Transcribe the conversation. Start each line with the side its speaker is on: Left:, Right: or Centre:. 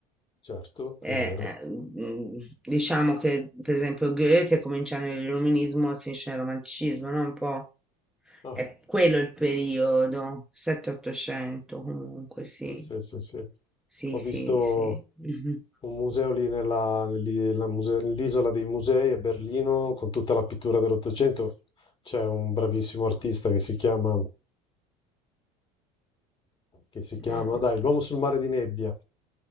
Left: Certo,
Centre: eh,
Left: è vero.
Centre: eh, mm, diciamo che per esempio Goethe comincia nell'illuminismo e finisce nel romanticismo, no? Un po'
Left: Ah.
Centre: è quello il periodo, 7-800 comunque, sì,
Left: Sì, sì, sì, sì.
Centre: sì,
Left: Ho
Centre: sì,
Left: visto
Centre: sì. Mhm.
Left: un museo lì nella, lì- la muse- nell'isola dei musei a Berlino con tutta la pittura dell'Ottocento. C'è un bravissimo artista che si chiama, che si chiama,
Centre: Mm.
Left: dai, L'uomo sul mare di nebbia.